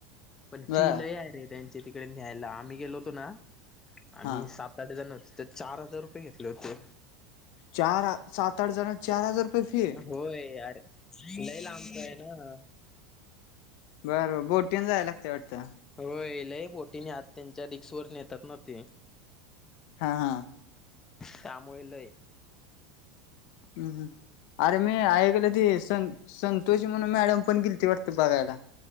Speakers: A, on the left; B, on the left.
A: पण
B: बर
A: फीलल र त्या तिकडे न्यायला आम्ही गेलो होतो ना आम्ही
B: हा
A: सात आठ जण होतो. त्या चार हजार रुपये घेतले होते.
B: चार सात आठ जण चार हजार रुपये फी
A: होय यारे लई लाबतय ना.
B: बर बर बोटीन जायला लागते वाटतं.
A: हो येलय बोटीने आ त्यांच्या रिक्स वरून येतात ना ते.
B: हा हा.
A: त्यामुळेळलं
B: हम् हम अरे मी ऐकल ती स संतोष म्हणून मॅडम पण गिलती वाटते बघायला